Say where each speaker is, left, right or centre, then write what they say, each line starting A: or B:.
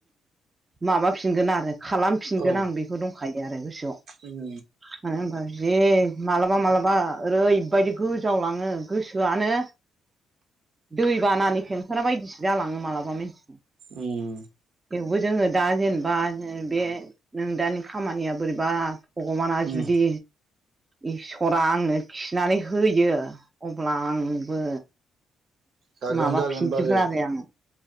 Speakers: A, on the right (about 25°); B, on the right (about 65°).
A: माबाफिनगोन आरो खालामफिनगोन
B: औ
A: आं बेखौ दंखायो आरो गोसोआव।
B: उम
A: मानो होनबा जे मालाबा मालाबा ओरैबायदि गोजावलाङो गोसोआनो दै बानानि फेंफोना बायदिसो जालाङो मालाबा <unintelligible>
B: उम।
A: थेवबो जोङो दा जेनेबा बे नोंदानि खामानिया बोरैबा भगबाना
B: उम
A: जुदि इसरा आंनो खिनानै होयो अब्ला आंबो
B: जागोन
A: माबाफिनजोबगोन
B: जागोन बाजै
A: आरो आङो